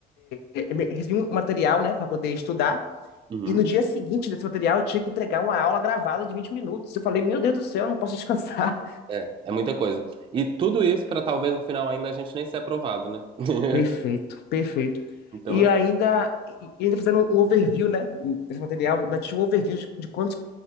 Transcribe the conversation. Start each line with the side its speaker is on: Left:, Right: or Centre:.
Left: é, me- recebi um material, né, para poder estudar.
Right: Uhum.
Left: E no dia seguinte desse material, eu tinha que entregar uma aula gravada de 20 minutos. Eu falei, meu Deus do céu, eu não posso descansar.
Right: É, é muita coisa. E tudo isso para talvez no final ainda a gente nem ser aprovado, né? <laughs>
Left: Perfeito, perfeito.
Right: Então,
Left: E ainda, e ainda fazendo um overview, né? Nesse material, nós tínhamos um overview de, de quantos,